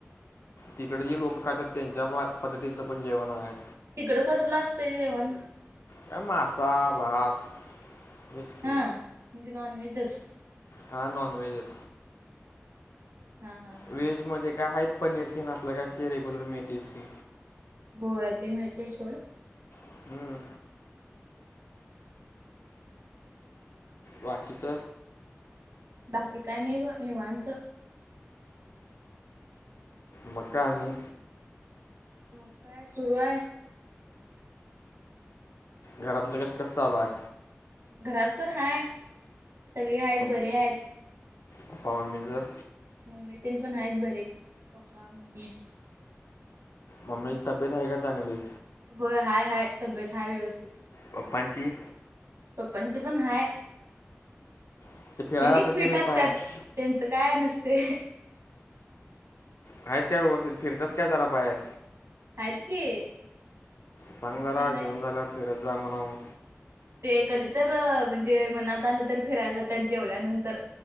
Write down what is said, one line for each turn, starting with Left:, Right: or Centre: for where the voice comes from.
Left: तिकड जे लोकं खात्यात त्यांच्या पद्धतीचं पण जेवण हाय.
Right: तिकडं कसलं असतंय जेवण?
Left: काय मासा, भात हेच की
Right: ह म्हणजे नॉनव्हेजच
Left: हा नाॉनवेहेजच.
Right: हा हा हा
Left: व्हेज
Right: हा.
Left: मध्ये काय आहेत पनीर तेन आपल काय ते रेग्युलर मिळतयच की
Right: होय ते मिळतय सोड
Left: हम्म. बाकीच
Right: बाकी काय नय ब निवांत.
Left: मंग काय आणि?
Right: मग काय सुरू ए?
Left: घरातलं कसं कसं चालू हाय?
Right: घरात पण हाय, सगळी हायेत,
Left: पप-
Right: बरी हायेत.
Left: पप्पा मम्मीचं?
Right: मम्मी तेन पण हायेत बरे, पप्पा मम्मी
Left: मम्मीची तब्येत हाये का चांगली?
Right: होय हाय हाय, तब्येत हाय व्यवस्थित.
Left: पप्पांची?
Right: पपाची पण हाय,
Left: ते फिरायला
Right: त्येनी
Left: जातात
Right: फीट
Left: की नाहीत
Right: असत्यात.
Left: बाहेर
Right: त्यांचं काय नसतंय.
Left: हायेत का व्यवस्थित? फिरतेत का जरा बाहेर?
Right: आहेत की
Left: सांग
Right: व्यवस्थित
Left: जरा,
Right: आहेत
Left: जेवन झाल्यावर फिरत जा म्हणून.
Right: ते कधी तर, म्हणजे मनात आलं तर, फिरायला जातात जेवल्यानंतर.